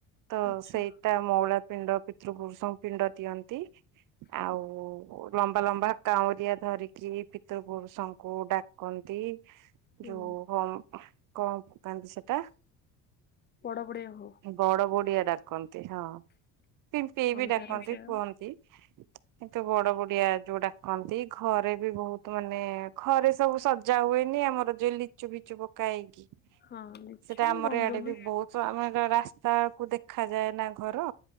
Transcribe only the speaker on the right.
ତ
ସେଇଟା ମଉଳା ପିଣ୍ଡ ପିତୃପୁରୁଷଙ୍କୁ ପିଣ୍ଡ ଦିଅନ୍ତି। ଆଉ ଲମ୍ବା ଲମ୍ବା କାଉଁରିଆ ଧରିକି ପିତୃପୁରୁଷଙ୍କୁ ଡା କଣତି
ଯୋଉ ହଁ କଣ ପକାନ୍ତି ସେଟା
ବଡ ବଡିଆ ଡାକନ୍ତି ହଁ ପିଂପେଇ
ବି ଡାକନ୍ତି
କୁଅନ୍ତି କିନ୍ତୁ ବଡ ବ ଡିଆ ଯୋଉ ଡାକନ୍ତି ଘରେ ବି ବହୁତ ମାନେ ଘରେ ସବୁ ସଜା ହୁଏନି ଆମର ଯେ ଲି ଚୁ ବିଚୁ ପକା ହେଇକି
ସେଟା ଆମର
ଇଆଡେ ବି ବହୁତ ମାନେ ରାସ୍ତାକୁ ଦେଖା ଯାଏ ନା ଘର